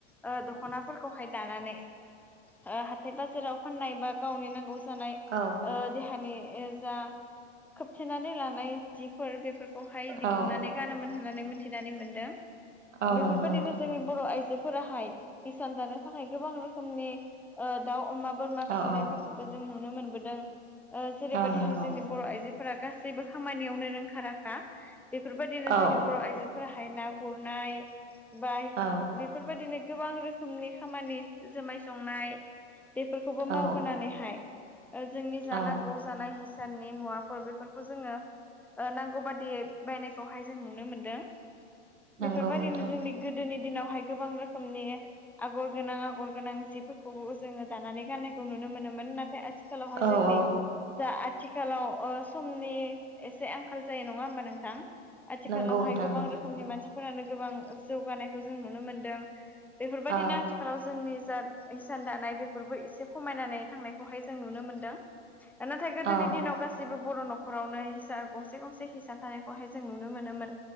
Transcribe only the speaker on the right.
औ
औ
औ
नंगौ नोंथां
औ
औ
औ नंगौ
औ
औ
औ
औ
नंगौ
नोंथां
औ
औ
नंगौ नोंथां
नंगौ
औ
औ